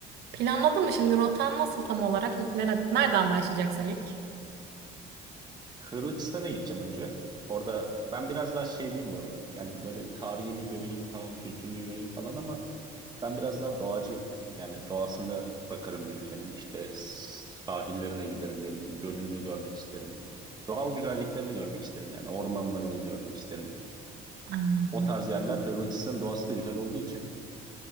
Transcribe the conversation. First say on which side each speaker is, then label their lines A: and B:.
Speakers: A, on the right; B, on the right.
A: Planladın mı şimdi rotan nasıl tam olarak? İlk nere- nereden başlayacaksın ilk?
B: Hırvatistan'a gideceğim önce. Orada ben biraz daha şeyciyim bu arada. Yani böyle tarihini göreyim, tamam kültürünü göreyim falan ama Ben biraz daha doğacıyım. Yani doğasını bakarım bir ülkenin. İşte sahillerine giderim, ne bileyim gölünü görmek isterim. Doğal güzelliklerini görmek isterim yani ormanlarını görmek isterim.
A: Anladım.
B: O tarz yerler Hırvatistan doğası da güzel olduğu için.